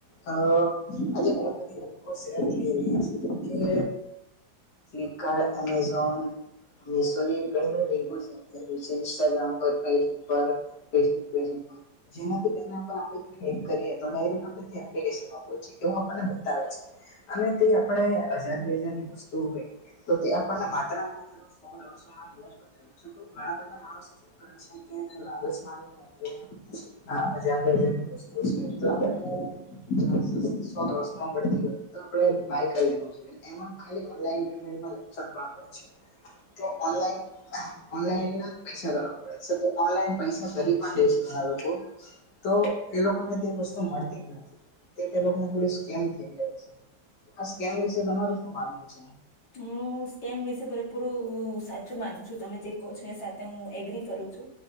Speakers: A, on the left; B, on the left.
A: આજ ઘણી બધી લોકો શેર થઈ રહી છેકે ફ્લિપકાર્ટ, એમેઝોન. શવની ઘણી બધી લિંકો છે ઇન્સ્ટાગ્રામ પર ફેસબુક પર. ફેસબ પેજ ઉપ જેનાથી તેના આપ્લિક કરીએ તો ડાયરેક આપણે એપ્લિકની એવું આપણને બતાવે છે. અને તે આપણે હજાર બે હજારની વસ્તુ હોય, તો તે આપણને માત્ર માત્ર સો ડોસો માં નેવુજ બધીયુ છું ઘણા બધા માણસો છે. છે કે લાલચ માની <unintelligible> આ ત્યાંર બેજારની વસ્તુ છે તો આપણે સો દોઢસો માં મડતી હોય તો આપડે બાય કર લેવું જોઈએ. એમાં ખાલી ઓનલાઈન પેમેન્ટ માં <unintelligible> તો ઓનલાઇન ઓનલાઈન ના જ પૈસા કરવા પડેછે તો ઓનલાઈન પૈસા કરી પણ દે છે ઘણા લોકો. તો એ લોકોને તે વસ્તુ મળતી જ નથી, તે તે લોકોને જોડે સ્કેમ થઈ જાય છે. તો આ સકેમ વિશે તમારું શું માનવું છે?
B: હું સ્કેમ વિશે પૂરે પૂરું સાચું માનું છું તમે જે કહો છો એ હું એગ્રી કરું છું,